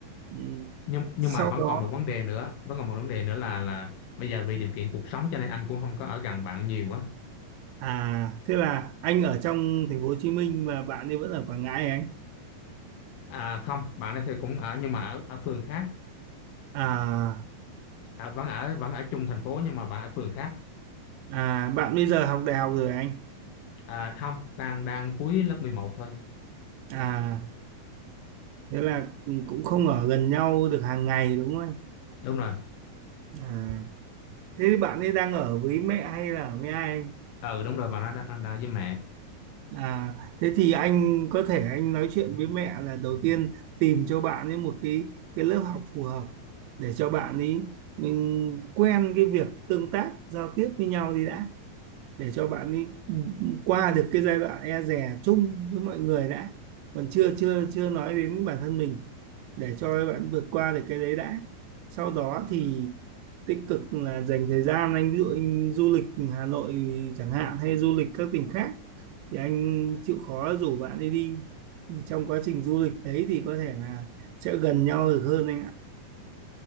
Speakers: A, on the right; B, on the left.
A: Ừ.
B: nhưng nhưng
A: Sau
B: mà vẫn
A: đó
B: còn một vấn đề nữa vẫn còn một vấn đề nữa là là bây giờ vì điều kiện cuộc sống cho nên anh cũng không có ở gần bạn nhiều á
A: à thế là anh ở trong thành phố Hồ Chí Minh và bạn ấy vẫn ở Quảng Ngãi hả anh?
B: À không, bạn ấy thì cũng ở nhưng mà ở ở phường khác,
A: À
B: à, vẫn ở vẫn ở chung thành phố nhưng mà bạn ở phường khác.
A: à bạn bây giờ học đại học rồi hả anh?
B: À không, đang đang cuối lớp 11 thôi.
A: À thế là cũng không ở gần nhau được hàng ngày đúng không?
B: Đúng rồi.
A: À, thế bạn ấy đang ở với mẹ hay là ở với ai?
B: Ừ đúng rồi, bạn nó đang, đang đang với mẹ.
A: À, thế thì anh có thể anh nói chuyện với mẹ là đầu tiên tìm cho bạn ấy một cái cái lớp học phù hợp để cho bạn ấy mình quen cái việc tương tác giao tiếp với nhau đi đã để cho bạn ấy qua được cái giai đoạn e dè chung với mọi người đã còn chưa chưa chưa nói đến bản thân mình để cho bạn vượt qua được cái đấy đã sau đó thì tích cực là dành thời gian anh ví dụ anh du lịch Hà Nội chẳng hạn hay du lịch các tỉnh khác thì anh chịu khó rủ bạn đi đi thì trong quá trình du lịch đấy thì có thể là sẽ gần nhau được hơn anh ạ